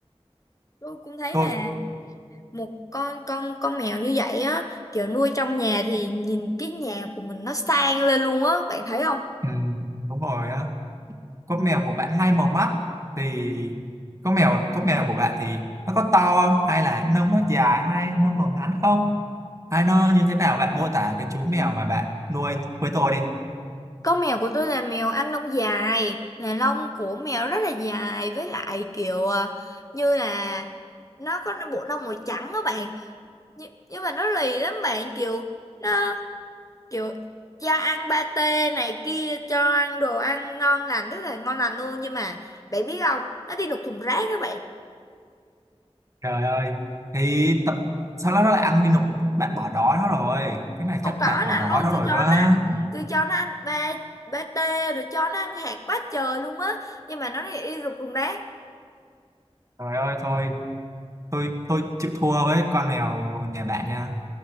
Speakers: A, on the left (about 30°); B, on the right (about 30°).
A: Tôi cũng thấy
B: tôi
A: là một con con con mèo như vậy á, kiểu nuôi trong nhà thì nhìn cái nhà của mình nó sang lên luôn á, bạn thấy không?
B: ừ, đúng rồi á con mèo của bạn hai màu mắt thì con mèo con mèo của bạn thì nó có to không hay là nông nó dài hay nông nó ngắn không hay nó như thế nào bạn mô tả cái chú mèo mà bạn nuôi với tôi đi
A: Con mèo của tôi là mèo Anh lông dài, là lông của mèo rất là dài với lại kiểu à, như là nó có bộ lông màu trắng đó bạn. Nhưng, nhưng mà nó lì lắm bạn, kiểu nó kiểu cho ăn pate này kia, cho ăn đồ ăn ngon lành rất là ngon lành luôn nhưng mà bạn biết không, nó đi lục thùng rác các bạn.
B: trời ơi thì tập sau đó nó lại ăn đi nộp bạn bỏ đói nó rồi cái này
A: Không
B: chắc
A: có
B: bạn bỏ
A: nào
B: đói
A: đâu,
B: nó
A: tôi
B: rồi
A: cho
B: quá
A: nó ăn, tôi cho nó ăn ba pate rồi cho nó ăn hạt quá trời luôn á, nhưng mà nó lại đi lục thùng rác
B: trời ơi thôi tôi tôi chịu thua với con mèo nhà bạn nha